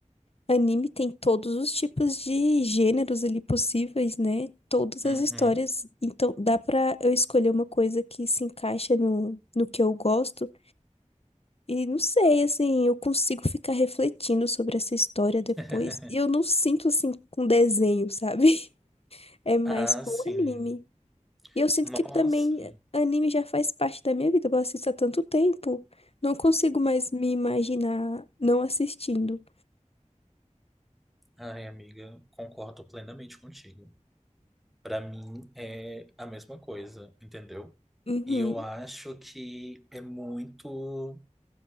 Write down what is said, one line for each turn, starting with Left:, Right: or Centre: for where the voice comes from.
Left: Anime tem todos os tipos de gêneros ali possíveis, né? Todas
Centre: uhum.
Left: as histórias. Então, dá pra eu escolher uma coisa que se encaixa no, no que eu gosto. E não sei, assim, eu consigo ficar refletindo sobre essa história depois.
Centre: <laughs>
Left: E eu não sinto, assim, com desenho, sabe? <laughs> É mais
Centre: Ah,
Left: com
Centre: sim.
Left: anime. E eu sinto
Centre: Nossa.
Left: que também anime já faz parte da minha vida. Eu assisto há tanto tempo. Não consigo mais me imaginar não assistindo.
Centre: Ai, amiga, concordo plenamente contigo. Pra mim é a mesma coisa, entendeu?
Left: Uhum.
Centre: E eu acho que é muito